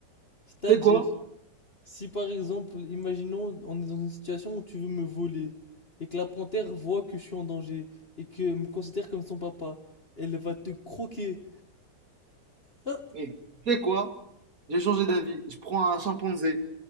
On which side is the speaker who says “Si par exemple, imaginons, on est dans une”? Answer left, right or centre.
Left